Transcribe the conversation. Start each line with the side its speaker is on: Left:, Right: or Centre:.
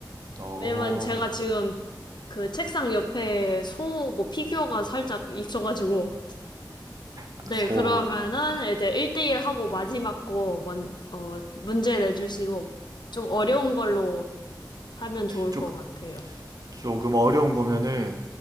Right: 어,
Left: 왜냐면 제가 지금 그 책상 옆에 소 뭐 피규어가 살짝 있어가지고.
Right: 아,
Left: 네,
Right: 소.
Left: 그러면은 이제 1대1 하고 마지막 거 원, 어, 문제 내주시고 좀 어려운 걸로 하면 좋을
Right: 조,
Left: 것 같아요.
Right: 조금 어려운 거면은